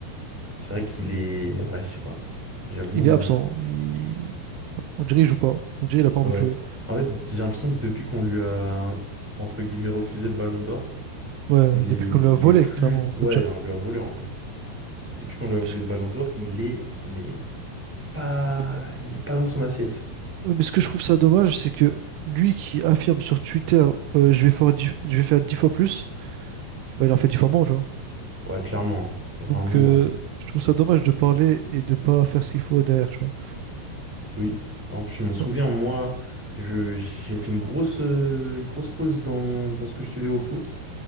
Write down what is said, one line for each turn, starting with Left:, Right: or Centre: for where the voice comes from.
Centre: c'est vrai qu'il est. Ouais, je sais pas. J'avoue.
Right: Il est absent.
Centre: je-
Right: Il... On dirait qu'il joue pas. On dirait qu'il a pas
Centre: Ouais.
Right: envie de jouer.
Centre: En fait, j'ai l'impression que depuis qu'on lui a, un- entre guillemets, refusé le ballon d'or,
Right: Ouais,
Centre: il
Right: depuis
Centre: est...
Right: qu'on
Centre: il
Right: lui a volé,
Centre: est plus.
Right: clairement,
Centre: du-
Right: on peut
Centre: Ouais,
Right: le dire.
Centre: on lui a volé en vrai. Depuis qu'on lui a volé
Right: Parce que-
Centre: le ballon d'or, il est. Mais pas.
Right: Mais,
Centre: Il est pas dans son assiette.
Right: ouais, mais ce que je trouve ça dommage, c'est que lui qui affirme sur Twitter, euh, je vais faire 10... je vais faire 10 fois plus, bah, il en fait 10 fois moins,
Centre: Ouais, clairement. hein. Vraiment.
Right: Donc, euh,
Centre: hein.
Right: je trouve ça dommage de parler et de pas faire ce qu'il faut derrière, tu vois.
Centre: Oui, en plus je m'en souviens,
Right: Non.
Centre: moi, je, j'ai fait une grosse, euh, une grosse pause dans, dans ce que je suivais au foot,